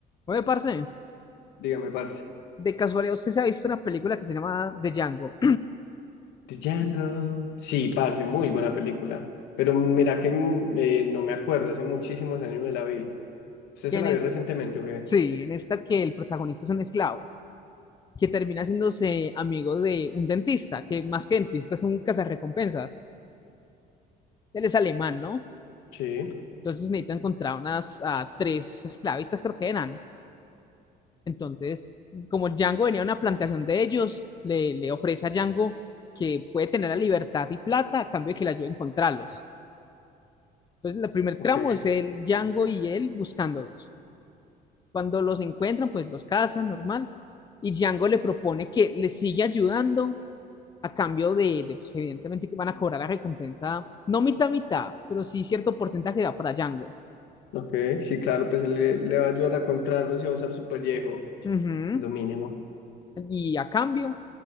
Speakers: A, on the left; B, on the left.
A: Oye, parce,
B: Dígame, parce.
A: de casualidad, ¿usted se ha visto una película que se llama The Django?
B: Django. Sí, parce, muy buena película. Pero mira que mm, eh, no me acuerdo, hace muchísimos años que la vi.
A: <clears throat>
B: ¿Usted
A: ¿Quién
B: se la
A: es?
B: vio recientemente o qué?
A: Sí, en esta que el protagonista es un esclavo, que termina haciéndose amigo de un dentista, que más que dentista es un cazarrecompensas. Él es alemán, ¿no?
B: Sí,
A: Entonces necesita encontrar unas ah, tres esclavistas, creo que eran. Entonces, como Django venía a una plantación de ellos, le, le ofrece a Django que puede tener la libertad y plata a cambio de que le ayude a encontrarlos. Entonces, el primer
B: ok,
A: tramo es el Django y él buscándolos. Cuando los encuentran, pues los cazan, normal. Y Django le propone que le sigue ayudando a cambio de, de, pues evidentemente que van a cobrar la recompensa, no mitad mitad, pero sí cierto porcentaje da para Django.
B: ok. Sí, claro, pues le, le va a ayudar a encontrarlos y a usar su pellejo.
A: Ujú.
B: Es lo mínimo.
A: Y a cambio